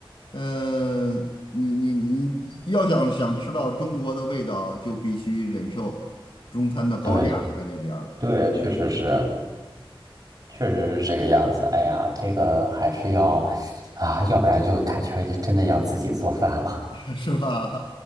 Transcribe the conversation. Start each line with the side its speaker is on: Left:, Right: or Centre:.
Left: 嗯、呃你你你要想想吃到中国的味道，就必须忍受中餐的高价，
Right: 对
Left: 在这边儿
Right: 对，确实是，确实是这个样子。哎呀，这个还是要啊，要不然就感觉真的要自己做饭了。
Left: <laughs> 是吧？